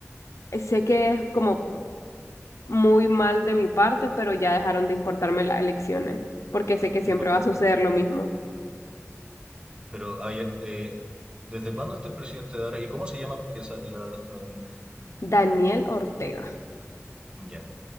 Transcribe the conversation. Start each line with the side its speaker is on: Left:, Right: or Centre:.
Left: Sé que es como muy mal de mi parte, pero ya dejaron de importarme las elecciones, porque sé que siempre
Right: Pero ¿por
Left: va a suceder
Right: qué?
Left: lo mismo.
Right: Pero, ay, eh, ¿desde cuándo está el presidente de ahora? ¿Y cómo se llama? Porque esa- la verdad es que no tengo idea.
Left: Daniel Ortega,
Right: Ya.